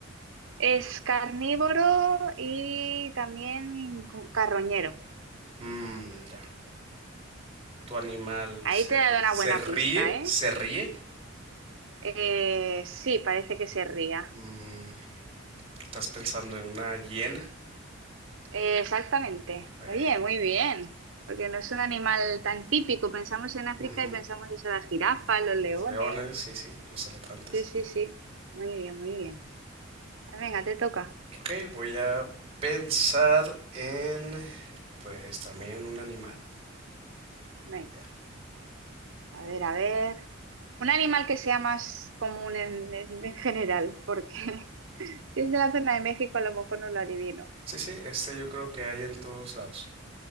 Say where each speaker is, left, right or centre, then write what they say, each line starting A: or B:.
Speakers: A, on the right (about 75°); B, on the right (about 30°).
A: Es carnívoro y también cu- carroñero.
B: Mm, ya. ¿Tu animal
A: Ahí
B: se,
A: te he dado
B: se
A: una buena
B: ríe?
A: pista, ¿eh?
B: ¿Se ríe?
A: Eh, sí, parece que se ría.
B: Mm, ¿estás pensando en una hiena?
A: Eh, exactamente.
B: Eh,
A: Oye, muy bien. Porque no es un animal tan típico. Pensamos en África
B: ujú.
A: y pensamos eso, las jirafas, los leones.
B: Los leones, sí, sí, los elefantes.
A: Sí, sí, sí. Muy bien, muy bien. Venga, te toca.
B: Ok, voy a pensar en, pues también un animal.
A: Venga.
B: Ya.
A: A ver, a ver. Un animal que sea más común en, en- en general, porque <laughs> si es de la zona de México, a lo mejor no lo adivino.
B: Sí, sí, este yo creo que hay en todos lados.